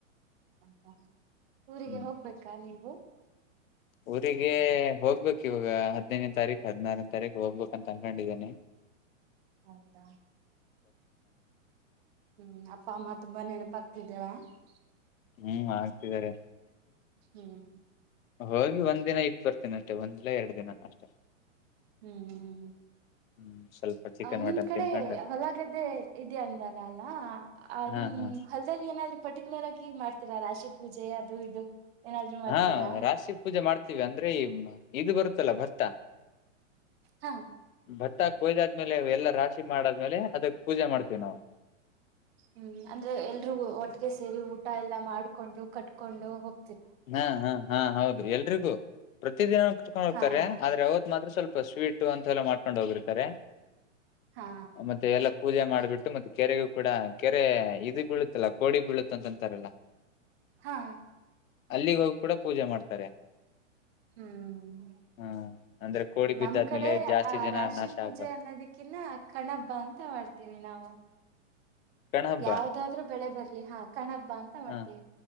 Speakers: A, on the right (about 50°); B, on the left (about 85°).
A: ಹೌದಾ ಊರಿಗೆ
B: ಹ್ಮ್
A: ಹೋಗ್ಬೇಕಾ ನೀವು
B: ಊರಿಗೆ ಹೋಗ್ಬೇಕು ಇವಾಗ ಹದಿನೈದನೇ ತಾರೀಕ್ ಹದಿನಾರನೆಯ ತಾರೀಕು ಹೋಗ್ಬೇಕು ಅಂತನ್ಕೊಂಡಿದ್ದೀನಿ
A: ಹೌದಾ ಹ್ಮ್ ಅಪ್ಪ ಅಮ್ಮ ತುಂಬಾ ನೆನಪ ಕಿತವಾ <unintelligible>
B: ಹ್ಮ್ ಆಗ್ತಿದ್ದಾರೆ
A: ಹ್ಮ್
B: ಹೋಗಿ ಒಂದ್ ದಿನ ಇದ್ ಬರ್ತಿನಿ ಅಷ್ಟೆ ಒಂದಿಲ್ಲ ಎರಡು ದಿನ ಅಷ್ಟೇ
A: ಹ್ಮ್
B: ಹ್ಮ್ ಸ್ವಲ್ಪ ಚಿಕನ್
A: ಅ ನಿಮ್
B: ಮಟನ್
A: ಕಡೆ
B: ತಿನ್ಕೊಂಡು
A: ಹೊಲಗದ್ದೆ ಇದದೆ ಅಂದಾರ ಅಲ್ಲ ಆ
B: ಹಾ
A: ನಿಮ್
B: ಹಾ
A: ಹೊಲ್ದಲ್ಲಿ ಏನಾದ್ರು ಪರ್ಟಿಕ್ಯುಲರ್ ಆಗಿ ಮಾಡ್ತೀರಾ ರಾಶಿ ಪೂಜೆ ಅದು ಇದು ಏನಾದ್ರು ಮಾಡ್ತೀರಾ
B: ಹಾ ರಾಶಿ ಪೂಜೆ ಮಾಡ್ತೀವಿ ಅಂದ್ರೆ ಈ ಇದು ಬರುತ್ತಲ್ಲ ಭತ್ತ
A: ಹಾ
B: ಭತ್ತಾ ಕೊಯ್ದಾದ್ಮೇಲೆ ಎಲ್ಲ ರಾಷ್ ಮಾಡಾದ್ಮೇಲೆ ಅದಕ್ ಪೂಜೆ ಮಾಡ್ತೇವಿ ನಾವು
A: ಹ್ಮ್ ಅಂದ್ರೆ ಎಲ್ರುೂ ಒಟ್ಟಗೆ ಸೇರಿ ಊಟ ಎಲ್ಲಾ ಮಾಡ್ಕೊಂಡು ಕಟ್ಕೊಂಡು ಹೋಗ
B: ಹಾ ಹಾ ಹಾ ಹೌದ್ರಿ ಎಲ್ರಿಗೂ ಪ್ರತ ದಿನ ಕತ್ಕೊಂಡ್ ಹೋಗ್ತಾರೆ
A: ಹಾ
B: ಆದ್ರೆ ಅವತ್ ಮಾತ್ರ ಸ್ವಲ್ಪ ಸ್ವೀಟ್ ಅಂತ ಎಲ್ಲಾ ಮಾಡ್ಕೊಂಡ್ ಹೋಗಿರ್ತಾರೆ
A: ಹಾ
B: ಮತ್ತೆ ಎಲ್ಲಾ ಪೂಜೆ ಮಾಡ್ಬಿಟ್ಟು ಮತ್ತೆ ಕೆರೆಗೂ ಕೂಡ ಕೆರೆ ಇದು ಬೀಳುತ್ತಲ್ಲ ಕೋಡಿ ಬೀಳುತ್ತ ಅಂತಂತಾರಲ್ಲ
A: ಹಾ
B: ಅಲ್ಲಿಗೆ ಹೋಗಿ ಕೂಡ ಪೂಜೆ ಮಾಡ್ತಾರೆ
A: ಹ್ಮ್
B: ಹ್ಮ ಅಂದ್ರೆ ಕೋಡಿ
A: ನಮ್
B: ಬಿದ್ದಾದ್ಮೇಲೆ
A: ಕಡೆ
B: ಜಾಸ್ತಿ
A: ಆ
B: ಜನ
A: ರಾಶಿ
B: ನಾಶ
A: ಪೂಜೆ
B: ಆಗ್ಬಾರ್ದು
A: ಅನ್ನೋದಕ್ಕಿನ್ನ ಕಣಬ್ಬ ಅಂತ ಮಾಡ್ತೀವಿ ನಾವು
B: ಗಣ ಹಬ್ಬ
A: ಯಾವದಾದ್ರರು ಬೆಳೆ ಬರ್ಲಿ ಹಾ ಕಣ ಹಬ್ಬ ಅಂತ ಮಾಡ್ತೇವಿ
B: ಹ